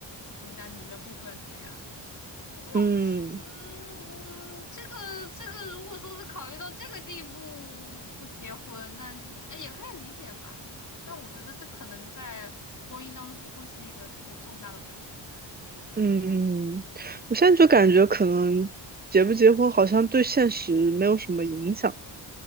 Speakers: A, on the left (about 40°); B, on the right (about 20°).
A: 怎么讲你的部分这个样子。不过。
B: 嗯
A: 嗯，我这个这个，如果说是考虑到这个地步不结婚，那哎也可以理解吧。但我觉得这可能在婚姻当中不会是一个特别重大的问题吧。
B: 嗯，我现在就感觉可能结不结婚好像对现实没有什么影响，